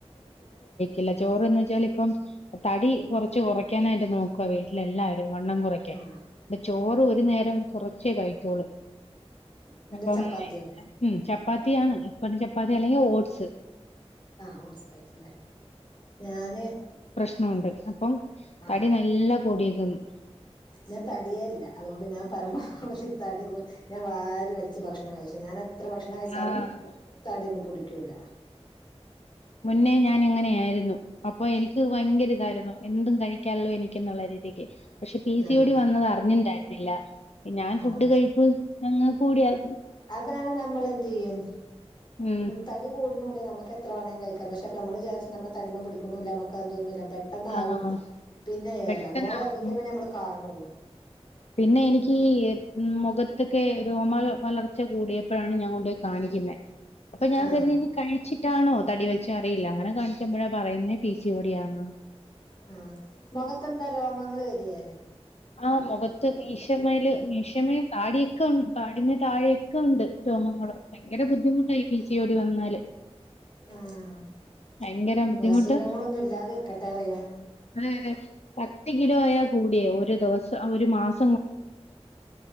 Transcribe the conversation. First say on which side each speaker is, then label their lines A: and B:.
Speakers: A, on the left; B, on the left.
A: ഇല്ല ചോറ് തിന്ന് വെച്ചാൽ ഇപ്പം തടി കൊറച്ച് കുറയ്ക്കാനായിട്ട് നോക്കുവ വീട്ടിൽ ടിൽ എല്ലാവരും വണ്ണം കുറക്കാൻ
B: ആഹ്
A: ന്റെ ചോറ് ഒരു നേരം കുറച്ച് ച്ചേ കഴിക്ക്യോള്ളു
B: എന്നിട്ട്
A: അപ്പം
B: ചപ്പാത്തിയോ
A: ഉം ചപ്പാത്തി ചപ്പാത്തിയാണ് ഇപ്പതും ചപ്പാത്തി അല്ലെങ്കി ഓട്സ്
B: ആ ഓട്സ് സായിട്ടല്ലേ ഞാന്
A: ആ ഉണ്ട്‌ അപ്പം
B: ആഹ്
A: തടി നല്ല കൂടിയേക്കുന്നു
B: ഞാൻ തടിയെയില്ല അതുകൊണ്ട് ഞാൻ പരമാവ ധി തടി കു ഞാൻ വാരി വലിച്ച് ഭക്ഷണം കഴിച്ചും ഞാനെത്ര ഭക്ഷണം കഴിച്ചാലും
A: ആഹ്
B: തടിമ്മ പിടി ക്കൂല
A: മുന്നേ ഞാൻ ഇങ്ങനെ ആയിരുന്നു അപ്പൊ എനിക്ക് ഭയങ്കര ഇതായിരുന്നു എന്തും കഴിക്കാല്ലോ എനിക്ക്‌ എന്നുള്ള രീതിക്ക് പക്ഷെ പി സി
B: ആഹ്
A: ഓ ടി വന്നത് അറിഞ്ഞിണ്ടായി ല്ല ഞാൻ
B: ആഹ്
A: ഫുഡ് കഴിപ്പ് ഞങ്ങൾ കൂടിയാൽ
B: അതാണ് നമ്മൾ എന്തേയ്യും
A: ഉം
B: തടി കുടുണുല്ല നമുക്ക് എത്ര വേണേലും കഴിക്ക പക്ഷെ അപ്പെ നമ്മള് വിചാരിച്ചു നമ്മള പിടിക്കുണുല്ല നമക്ക് അതൊന്നുല്ല പെട്ടന്നാവും
A: ആഹ്
B: പിന്നെ
A: പെട്ടെന്നാവും
B: ഏറെ മോളേറിട്ടേ പിന്നെ നമ്മള് കാണുള്ളൂ
A: പിന്നെ എനിക്ക് മുഖത്തൊക്കെ രോമ വളർച്ച കൂടിയപ്പോഴാണ് ഞാൻ കൊണ്ടോയി കാണിക്കുന്നെ അപ്പൊ ഞാൻ
B: ആഹ്
A: കരുതി ഇനി കഴി ച്ചിട്ടാണോ തടി വെച്ചത് അറിയില്ല അങ്ങനെ കാണിക്കുമ്പോഴാ പറയുന്നേ പി സി ഒ ടി യാന്ന്
B: ആഹ് മുഖത്തെന്താ രോമങ്ങള് വരിയേ
A: ആഹ് മോഖ ത്ത് മീശമേൽ മീശമേം താടിയൊക്കെ ഉ താടിമ്മേ താഴെയൊക്കെ ഉണ്ട് രോമങ്ങളും ഭയങ്കര ബുദ്ധിമുട്ടായി ഈ പി സി ഒ ടി വന്നാല്
B: ഓഹ്
A: ഭയങ്കര ബുദ്ധിമുട്ട്
B: അസുഖങ്ങളൊന്നും ഇല്ലാതെയിരിക്കട്ടെ പറയാ
A: ആഹ് പത്ത് കിലോയാ കൂടിയേ ഒരു ദിവസ ആഹ് ഒരു മാസ